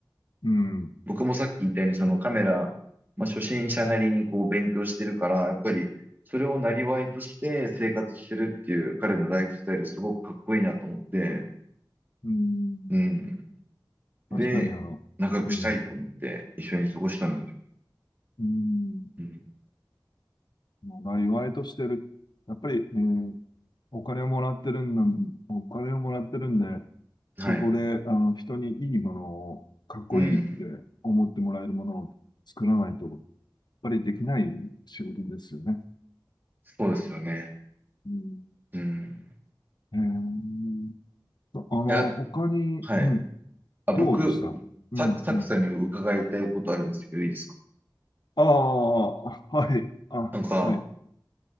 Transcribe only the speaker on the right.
僕もさっき言ったように、そのカメラ、まあ、初心者なりにこう勉強してるから、やっぱりそれをなりわいとして生活してるっていう彼のライフスタイルすごくかっこいいなと思って、
うん。で、
仲良くしたいと思って一緒に過ごしたんですよ。
うん、
はい。
うん。
そうですよね。
うん。
いや、
はい。
あ、
僕、サクサクさんに伺いたいことあるんですけど、
いいですか
なんか、